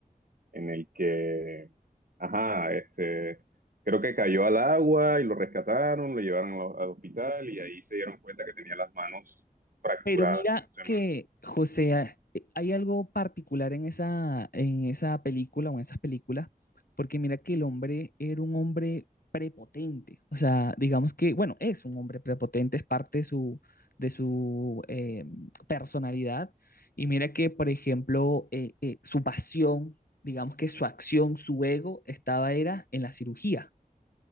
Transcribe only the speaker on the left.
Pero mira
que,
José, a- eh, hay algo particular en esa, en esa película o en esas películas, porque mira que el hombre era un hombre prepotente. O sea, digamos que, bueno, es un hombre prepotente, es parte de su, de su eh, personalidad. Y mira que, por ejemplo, eh, eh, su pasión, digamos que su acción, su ego, estaba era en la cirugía,